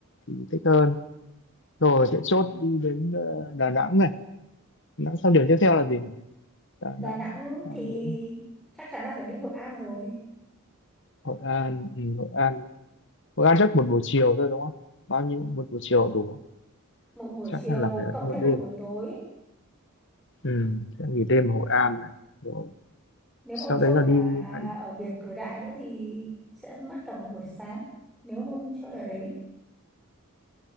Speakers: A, on the left; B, in the centre.
A: thì thích hơn rồi sẽ chốt đi đến ờ, Đà Nẵng này Đà Nẵng xong điểm tiếp theo là gì nhỉ Đà
B: Đà
A: Nẵng
B: Nẵng
A: xong
B: thì
A: đến
B: chắc chắn là phải đi Hội An rồi
A: Hội An ừ, Hội An Hội An chắc một buổi chiều thôi đúng không bao nhiêu một buổi chiều đủ
B: một buổi
A: chắc
B: chiều
A: là phải ấn
B: cộng
A: một
B: thêm
A: đêm
B: một buổi tối
A: ừ, sẽ nghỉ đêm ở Hội An này rồi
B: nếu
A: sau
B: mà ông
A: đấy
B: chơi
A: là đi
B: cả
A: bãi
B: ở biển Cửa Đại nữa thì sẽ mất cả một buổi sáng nếu mà ông chơi ở đấy